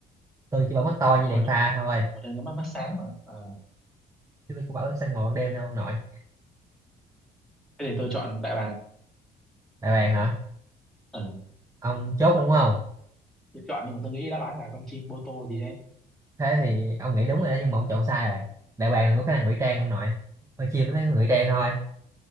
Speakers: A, on the right; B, in the centre.
A: tôi chỉ bảo mắt to như
B: Ủa,
A: đèn pha thôi
B: ở đây có mắt mắt sáng mà à,
A: chứ tôi có bảo săn mồi ban đêm đâu ông nội
B: thế thì tôi chọn đại bàng
A: đại bàng hả
B: ừ.
A: ông chốt rồi đúng không
B: tôi chọn nhưng mà tôi nghĩ đáp án là con chim bô tô gì đấy
A: thế thì ông nghĩ đúng rồi đó nhưng mà ông chọn sai rồi đại bàng là một cái năng ngụy trang ông nội con chim nó mới có ngụy trang thôi